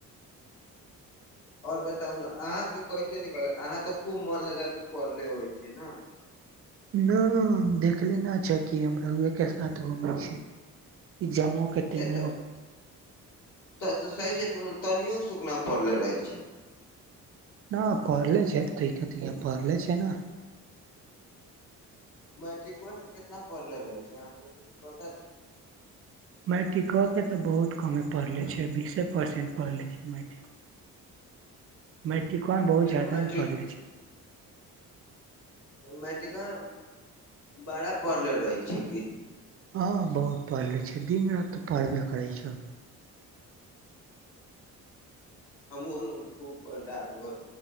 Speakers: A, on the left (about 45°); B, on the right (about 35°).
A: ओर बताउ ने अहाँके कैसे निक अहाँ तऽ खूब मन लगा के पढ़ले होइ छै ने।
B: न देखलेना छ किी हम रहुएके साथ घुमै छी। एकग्जामो क
A: ए
B: टटा मप।
A: तऽ सहीसँ तनियो सुूकना पड़ले रहै छै।
B: न पढ़ले छै त क त पढ़ले छै ने।
A: मैट्रिकोसँ कितना पढ़ले रहै छै अहाँके किछु पता छै।
B: मेटिकआ के तऽ बहुत कमे पड़ले छै बीस। कतेक परसेन्ट पढ़ि लै छि मैथिल। मैट्रिको बहु
A: तैयो
B: जादा
A: मैट्रिक
B: न परल छै <inaudible>
A: मैट्रिका बारह पढ़ले रहै छै की?
B: हँ बहुत पढ़ि लै छि दिन- राति तऽ पढ़बे करै छि हम।
A: हम खूब रात भर,